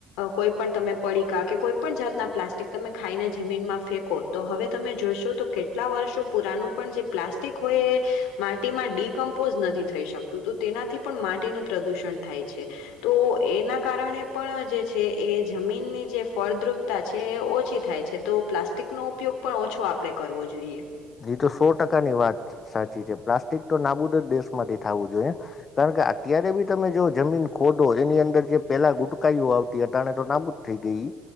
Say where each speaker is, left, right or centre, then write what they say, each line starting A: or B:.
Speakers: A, on the left; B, on the left.
A: કોઈ પણ તમે પડીકા કે કોઈ પણ જાતના પ્લાસ્ટિક તમે ખાઈને જમીનમાં ફેંકો તો હવે તમે જોશો તો કેટલા વર્ષો પુરાનું પણ જે પ્લાસ્ટિક હોય એ માટીમાં ડડીિકમ્પોઝ નથી થઈ શકતું તો તેનાથી પણ માટીનું પ્રદૂષણ થાય છે, તો એના કારણે પણ જે છે એ જમીનની જે ફળદ્રુપતા છે એ ઓછી થાય છે તો પ્લાસ્ટિકનો ઉપયોગ પણ ઓછો આપણે કરવો જોઈએ.
B: એ તો સો ટકાની વાત સાચી છે પ્લાસ્ટિક તો નાબૂદ જ દેશ માંથી થવું જોઈએ કારણ કે અત્યારે બી તમે જો જમીન ખોદો એની અંદર જે પેલા ગુટકાઈઓ આવતી અ તણે તો નાબૂદ થઈ ગઈ